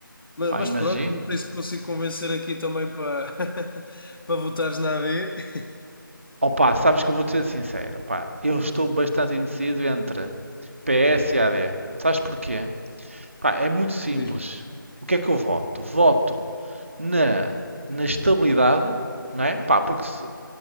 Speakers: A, on the left (about 75°); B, on the right (about 35°).
A: Mas,
B: pá,
A: mas
B: imagino.
A: pronto, não sei se te consigo convencer aqui também para <laughs> para votares na AD.
B: Opa, sabes que eu vou-te ser sincero, pá, eu estou bastante indeciso entre PS e AD. Sabes porquê? Pá, é muito simples.
A: Diz-me,
B: O que é que eu voto? Voto na, na estabilidade, não é? Pá, porque, se-